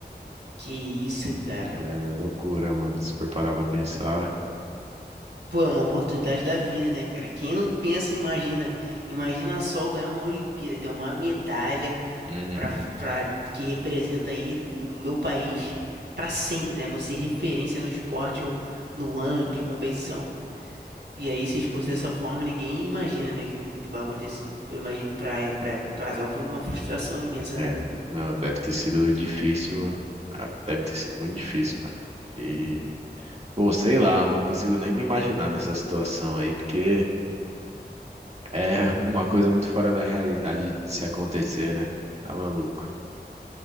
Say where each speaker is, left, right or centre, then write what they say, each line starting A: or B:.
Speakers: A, on the right; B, on the right.
A: que isso, cara?
B: É loucura, mano, se for parar pra pensar.
A: Pô, é uma oportunidade da vida, né, cara? Quem não pensa, imagina. Imagina só eu ganhar uma Olimpíada, ter uma medalha.
B: Uhum.
A: para que representa aí o, o meu país para sempre, né? Você referência no esporte ou no ano de competição. E aí, se expor dessa forma, ninguém imagina, né, que, que vai acontecer. Então, eu imagino que para para pro casal foi uma frustração imensa, né?
B: É, não, deve ter sido difícil. ah, Deve ter sido muito difícil, cara. E, pô, sei lá, não consigo nem me imaginar nessa situação aí, porque é <laughs> uma coisa muito fora da realidade de se acontecer, né? Tá maluco.